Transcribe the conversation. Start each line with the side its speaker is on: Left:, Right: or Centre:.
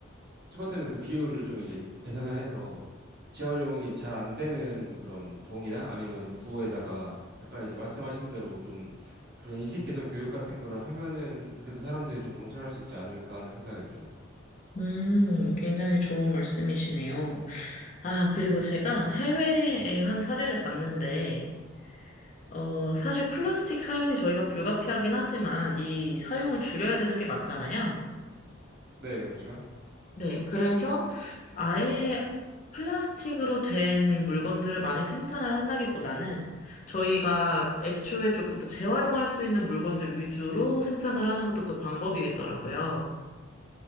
Right: 수거되는 그 비율을 좀 이제 계산을 해서 재활용이 잘 안 되는 그런 동이나 아니면 구에다가 약간 이제 말씀하신 대로 좀 그런 인식 개선 교육 같은 거를 하면은 그래도 사람들이 좀 동참할 수 있지 않을까 하는 생각이 들어요.
Left: 음, 굉장히 좋은 말씀이시네요. 아, 그리고 제가 해외의 한 사례를 봤는데, 어, 사실 플라스틱 사용이 저희가 불가피하긴 하지만 이 사용을 줄여야 되는 게 맞잖아요.
Right: 네, 그렇죠.
Left: 네, 그래서 아예 플라스틱으로 된 물건들을 많이 생산을 한다기보다는 저희가 애초에 조금 더 재활용할 수 있는 물건들 위주로 생산을 하는 것도 또 방법이겠더라고요.